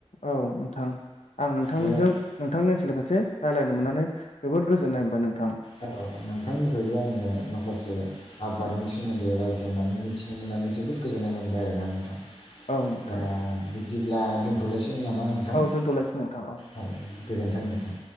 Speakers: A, on the left; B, on the left.
A: औ नोंथां आं नोंथांजों
B: दा
A: नोंथांनि ओनसोलनि फारसे रायज्लायनो मोननानै जोबोद गोजोननाय मोनबाय नोंथां।
B: औ नोंथांनिफ्रायबो आङो माखासे आबादनि सोमोन्दै रायज्लायनानै मिथिनो मोन नानै जोबोद गोजोन्नाय मोनबाय आरोना नोंथां
A: औ नोंथां
B: दा बिदिब्ला दोनथ'लाय नामा नोंथां
A: औ दोनथ'लायसै नोंथां
B: औ गोजोन्थों नोंथां।